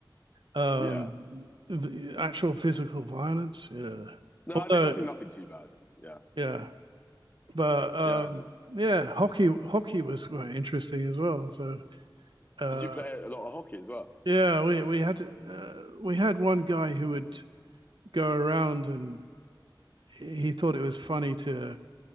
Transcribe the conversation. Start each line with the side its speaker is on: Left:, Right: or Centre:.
Right: um,
Left: Yeah.
Right: the actual physical violence. Yeah,
Left: No,
Right: although
Left: I mean nothing nothing too bad. Yeah.
Right: yeah, but um,
Left: Yeah. No.
Right: yeah, hockey hockey was quite interesting as well. So uh,
Left: Did you play a lot of hockey as well
Right: yeah, we we had uh, we had one guy who would go around and he thought it was funny to